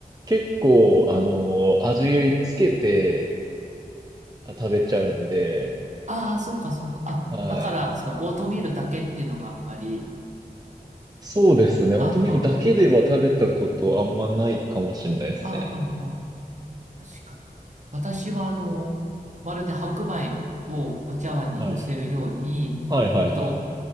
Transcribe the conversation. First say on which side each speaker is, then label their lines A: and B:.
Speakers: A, on the right (about 25°); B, on the right (about 45°).
A: 結構、あのー味つけてあ食べちゃうんで、
B: ああ、そっかそっか。あ、
A: はい。
B: だから、そのオートミールだけっていうのがあんまり、
A: そうですね。オートミールだけでは食べたことあんまないかもしれないですね。
B: ああ、はあはああ、あはあ確かに。私は、あの、まるで白米をお茶碗に寄せるように、
A: はい。はいはいはい。
B: えっと、